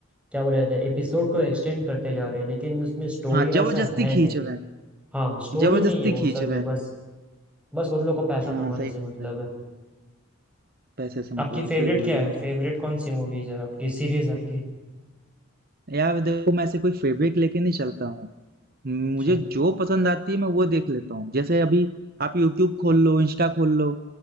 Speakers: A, in the centre; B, on the right.
A: क्या बोला जाता है एपिसोड को एक्सटेंड करते जा रहे हैं लेकिन उसमें स्टोरी
B: हाँ,
A: वैसा
B: ज़बरदस्ती
A: है
B: खींच
A: नहीं
B: रहे हैं।
A: हाँ स्टोरी
B: जबरदस्ती
A: नहीं है वो
B: खींच
A: सब
B: रहे
A: में
B: हैं
A: बस बस उन लोग को पैसा
B: हाँ
A: कमाने
B: सही
A: से
B: बोल
A: मतलब
B: रहे हो
A: है
B: पैसे से मतलब
A: आपकी
B: है
A: फेवरेट
B: सही बोल
A: क्या
B: रहे
A: है
B: हो तुम
A: फेवरेट कौन सी मूवीज है आपकी सीरीज आपकी
B: यार देखो मैं ऐसे कोई फेब्रिक लेके नहीं चलता हूँ मुझे
A: अच्छा
B: जो पसंद आती है मैं वो देख लेता हूँ जैसे अभी आप यूट्यूब खोल लो इंस्टा खोल लो